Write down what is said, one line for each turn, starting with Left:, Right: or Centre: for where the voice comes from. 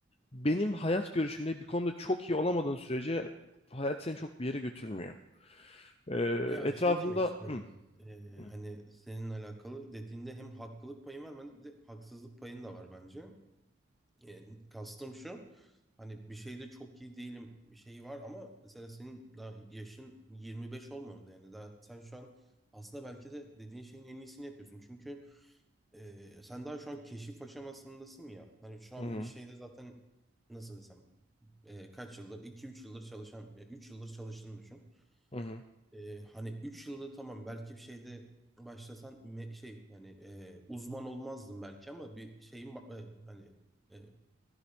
Left: benim hayat görüşümde bir konuda çok iyi olamadığın sürece hayat seni çok bir yere götürmüyor. Ee,
Centre: Ya
Left: etrafımda
Centre: şey demek istiyorum
Left: hı,
Centre: ben. Ee,
Left: hı,
Centre: hani senin alakalı dediğinde hem haklılık payın var, ben de bir de haksızlık payın da var bence. E, kastım şu. Hani bir şeyde çok iyi değilim bir şeyi var ama mesela senin daha yaşın 25 olmadı yani daha sen şu an aslında belki de dediğin şeyin en iyisini yapıyorsun. Çünkü e, sen daha şu an keşif aşamasındasın ya. Hani şu an
Left: hı,
Centre: bir şeyde zaten nasıl desem e, kaç yıldır 2-3 yıldır çalışan 3 yıldır çalıştığını düşün.
Left: hı,
Centre: E, hani 3 yıldır tamam belki bir şeyde başlasan me- şey yani e, uzman olmazdın belki ama bir şeyin ba- e, hani e,